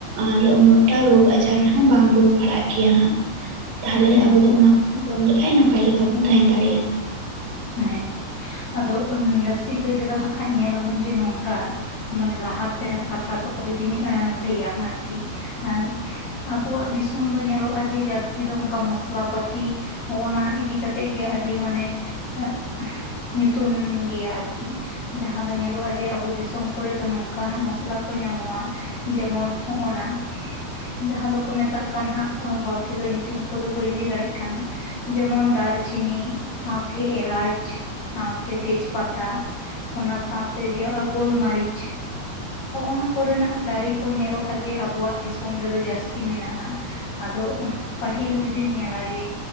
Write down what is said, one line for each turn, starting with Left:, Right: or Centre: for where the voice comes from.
Right: ᱟᱨ ᱩᱱᱟᱹᱜᱴᱟ ᱨᱳᱜᱽ ᱟᱡᱟᱨ ᱨᱮᱦᱚᱸ ᱵᱟᱝ ᱵᱚᱱ ᱯᱟᱲᱟᱜ ᱜᱮᱭᱟ ᱦᱟᱸᱜ ᱛᱟᱦᱚᱞᱮ
Left: ᱦᱮᱸ
Right: ᱟᱵᱚ ᱫᱚ ᱚᱱᱟ ᱠᱚᱵᱚᱱ ᱡᱚᱢ ᱞᱮᱠᱷᱟᱡ ᱱᱟᱯᱟᱭ ᱞᱮᱠᱟ ᱵᱚᱱ ᱛᱟᱦᱮᱸ ᱫᱟᱲᱮᱭᱟᱜᱼᱟ᱾
Left: ᱦᱮᱸ, ᱟᱫᱚ ᱡᱟᱹᱥᱛᱤ ᱠᱟᱹᱭ ᱛᱮᱫᱚ ᱦᱟᱸᱜ ᱠᱷᱟᱡ ᱧᱮᱞᱟᱵᱚᱱ ᱡᱮ ᱱᱚᱝᱠᱟ ᱢᱟᱱᱮ ᱞᱟᱦᱟ ᱛᱮᱱᱟᱜ ᱠᱟᱛᱷᱟ ᱠᱚ ᱡᱩᱫᱤ ᱞᱟᱹᱭᱟᱢ ᱟᱨᱠᱤ ᱮᱸ ᱟᱵᱚᱣᱟᱜ ᱫᱤᱥᱚᱢ ᱫᱚ ᱧᱮᱞᱚᱜᱼᱟ ᱡᱮ ᱡᱟᱹᱥᱛᱤ ᱫᱚ ᱚᱱᱠᱟ ᱢᱚᱥᱞᱟ ᱯᱟᱹᱛᱤ ᱱᱚᱜᱼ ᱱᱟ ᱤᱫᱤ ᱠᱟᱛᱮᱜ ᱜᱮ ᱟᱹᱰᱤ ᱢᱟᱱᱮ ᱮᱜ, ᱧᱩᱛᱩᱢ ᱜᱮᱭᱟ ᱟᱨᱠᱤ, ᱡᱟᱦᱟᱸ ᱫᱚ ᱧᱮᱞᱚᱜᱼᱟ ᱡᱮ ᱟᱵᱚ ᱫᱤᱥᱚᱢ ᱠᱚᱨᱮ ᱫᱚ ᱱᱚᱝᱠᱟ ᱱᱟᱜ ᱢᱚᱥᱞᱟ ᱠᱚ ᱧᱟᱢᱚᱜᱼᱟ᱾ ᱡᱮᱢᱚᱱ ᱱᱚᱜᱼ ᱱᱟ᱾ ᱡᱟᱦᱟᱸ ᱫᱚᱠᱚ ᱢᱮᱛᱟᱜ ᱠᱟᱱ ᱦᱟᱸᱜ ᱦᱚᱲ ᱛᱮᱫᱚ ᱧᱩᱛᱩᱢ ᱠᱚᱫᱚ ᱵᱟᱹᱧ ᱞᱟᱹᱭ ᱫᱟᱲᱮᱜ ᱠᱟᱱᱟ᱾ ᱡᱮᱢᱚᱱ ᱫᱟᱨᱪᱤᱱᱤ, ᱥᱟᱶᱛᱮ ᱮᱞᱟᱪᱷ, ᱥᱟᱶᱛᱮ ᱛᱮᱡᱽ ᱯᱟᱛᱟ, ᱚᱱᱟ ᱥᱟᱶᱛᱮ ᱡᱮ ᱚ ᱜᱳᱞᱢᱟᱹᱨᱤᱪᱷ᱾ ᱱᱚᱜ ᱱᱟ ᱠᱚᱨᱮᱱᱟᱜ ᱫᱟᱨᱮ ᱠᱚ ᱧᱮᱞᱚᱜᱼᱟ ᱡᱮ ᱟᱵᱚᱣᱟᱜ ᱫᱤᱥᱚᱢ ᱨᱮᱫᱚ ᱡᱟᱹᱥᱛᱤ ᱢᱮᱱᱟᱜᱼᱟ᱾ ᱟᱫᱚ ᱯᱟᱹᱦᱤᱞ ᱡᱩᱫᱤᱢ ᱧᱮᱞᱟ ᱡᱮ,